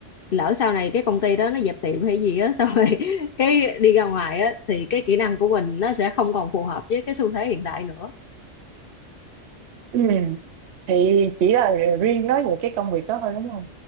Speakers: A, on the left; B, on the right.
A: lỡ sau này cái công ty đó nó dẹp tiệm hay gì á xong rồi <laughs> cái đi ra ngoài á thì cái kỹ năng của mình nó sẽ không còn phù hợp với cái xu thế hiện tại nữa
B: ừ. thì chỉ là riêng nói về cái công việc đó thôi đúng không